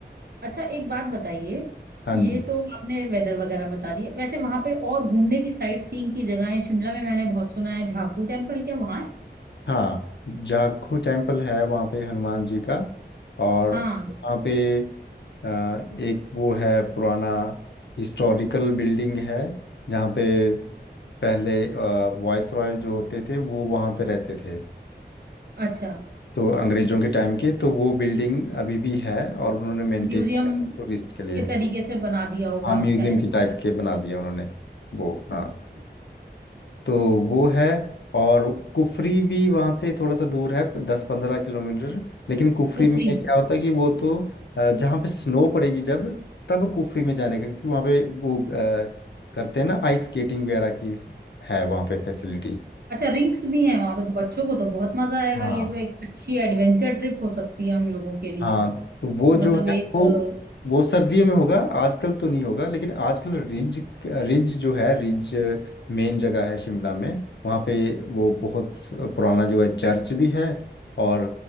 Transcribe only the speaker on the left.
हाँ
जी
हाँ जाखू टेम्पल है वहाँ पे हनुमान जी का और
वहाँ पे अ, एक वो है पुराना हिस्टोरिकल बिल्डिंग है जहाँ पे पहले वॉइस रॉय जो होते थे वो वहाँ पे रहते थे
तो अंग्रेजों के टाइम के तो वो बिल्डिंग अभी भी है और उन्होंने मेंटेन
टूरिस्ट के लिए
हाँ
म्यूजियम
की टाइप के बना दिया उन्होंने वो हाँ
तो वो है और कुफरी भी वहाँ से थोड़ा सा दूर है दस पंद्रह किलोमीटर लेकिन कुफरी
में हम्म। क्या होता है कि वो तो अ, जहाँ पे स्नो पड़ेगी जब तब कुफरी में जाने का क्योंकि वहाँ पे वो अ, करते हैं ना आइस स्केटिंग वगैरह की है वहाँ पे फैसिलिटी
हाँ
हाँ तो वो जो
है वो
वो सर्दियों में होगा आजकल तो नहीं होगा लेकिन आजकल रिज रिज जो है रिज मेन जगह है शिमला में वहाँ पे वो बहुत पुराना जो है चर्च भी है और